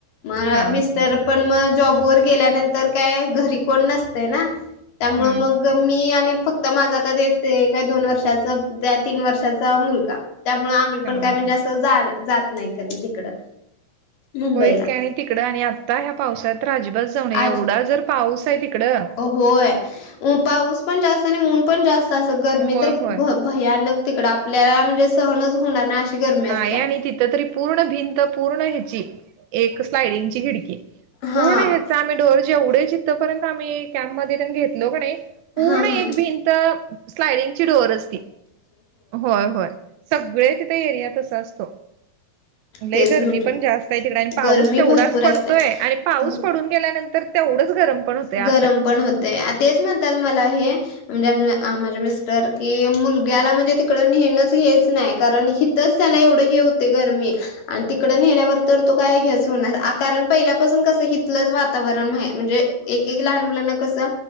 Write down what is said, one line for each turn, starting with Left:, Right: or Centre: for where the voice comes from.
Left: म
Right: हा
Left: मिस्टर
Right: हा
Left: पण मग जॉब वर गेल्यानंतर काय घरी कोण नसते ना. त्यामुळे
Right: हम्म
Left: मग मी आणि फक्त माझा आता देते का दोन वर्षाचा त्या तीन वर्षाचा मुलगा. त्यामुळं आम्ही पण
Right: हा
Left: काय म्हणजे
Right: हा
Left: असं जा जात नाही कधी तिकडं. मुंबईला
Right: होयच की आणि तिकडं आणि आता ह्या पावसाळ्यात तर अजिबात जाऊ नये
Left: आज
Right: एवढा जर पाऊस आहे तिकडं.
Left: होय अ पाऊस पण जास्त आणि उन पण जास्त असं गरमी
Right: होय
Left: तर
Right: होय
Left: भ भयानक तिकडं आपल्याला म्हणजे सहनच होणार ना. <inaudible>
Right: नाही
Left: असत्या
Right: आणि तिथं तरी पूर्ण भिंत पूर्ण ह्याची. एक स्लाइडिंगची खिडकी
Left: हा
Right: पूर्ण ह्याचा आम्ही डोर जेवढे चित्थपर्यंत आम्ही. कॅम्प मध्ये तेन घेतलो कणी पूर्ण
Left: हा हा
Right: एक भिंत. स्लायडिंगची डोअर असती होय होय सगळे तिथे एरियात असं असतो. लय
Left: तेच
Right: गरमी
Left: म्हंटलं
Right: पण जास्त आहे तिकडे आणि पाऊस
Left: गरमी
Right: तेवढाच
Left: भरपूर
Right: पडतोय
Left: असते
Right: आणि पाऊस
Left: हो
Right: पडून. गेल्यानंतर तेवढंच गरम. पण होतंय असं
Left: गरम
Right: आहे
Left: पण होते हा तेचं म्हणतात मला हे. म्हणजे <unintelligible> माझे मिस्टर की मुलग्याला म्हणजे तिकडं नेणंच हेच नाही कारण तरच त्याला एवढं हे होते गरमी. आणि तिकडं नेल्यावर तर तो काय हेच होणार कारण पहिल्यापासून कसं हथलंच वातावरण आहे म्हणजे एक एक लहान मुलांना कसं